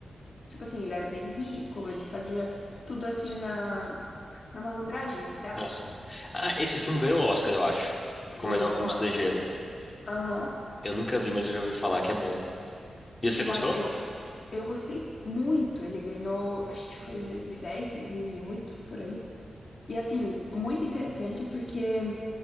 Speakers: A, on the left; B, on the left.
A: tipo assim, ele era bem rico, ele fazia tudo assim na, na malandragem, entre aspas.
B: aham. Ah, esse filme ganhou o Oscar, eu acho.
A: Ganhou
B: Como melhor filme
A: o Oscar.
B: estrangeiro.
A: Aham,
B: Eu nunca vi, mas eu já ouvi falar que é bom. E
A: exato.
B: você gostou?
A: Eu, eu gostei muito. Ele ganhou, acho que foi em 2010, 2008, por ali. E assim, muito interessante porque